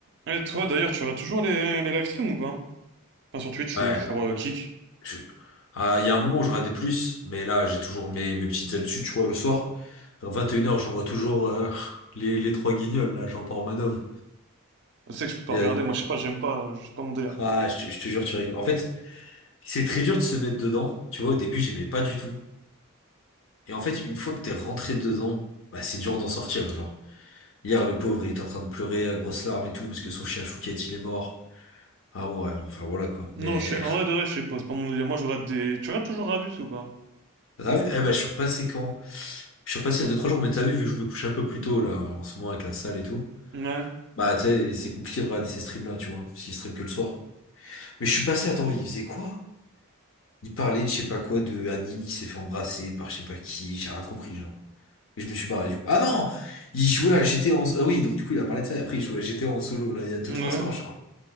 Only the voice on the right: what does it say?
Et toi d'ailleurs, tu regardes toujours les, les live streams ou pas? Enfin sur Twitch
ou sur euh, Kick.
Je sais que je peux pas
regarder,
moi je sais pas, j'aime pas, euh, c'est pas mon délire.
Non,
je sais, en vrai de vrai, je sais pas, c'est pas mon délire. Moi je regarde des. Tu regardes toujours Ravus ou pas?
Ouais.
Ouais.